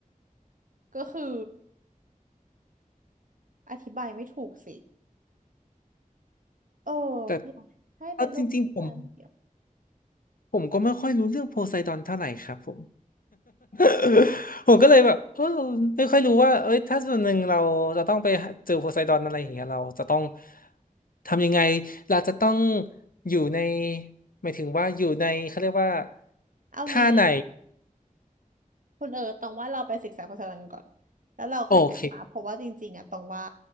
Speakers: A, on the right (about 65°); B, on the left (about 80°).
A: ก็คืออธิบายไม่ถูกสิเออ
B: แต่
A: อยากให้เป็นลูกครึ่งมาเดียว
B: เอาจริงๆผมผมก็ไม่ค่อยรู้เรื่องโพไซดอนเท่าไหร่ครับผม <laughs> ผมก็เลยแบบเออไม่ค่อยรู้ว่าเอ้ยถ้าส่วนหนึ่งเราจะต้องไปหาเจอโพไซดอนอะไรอย่างเงี้ยเราจะต้องทำยังไงเราจะต้องอยู่ในหมายถึงว่าอยู่ในเขาเรียกว่า
A: เอางี้
B: ท่าไหน
A: คุณเออตรงว่าเราไปศึกษาภาษาอังกฤษก่อนแล้วเราค่อยกลับมาเพราะว่าจริงๆอะตรงว่า
B: โอเค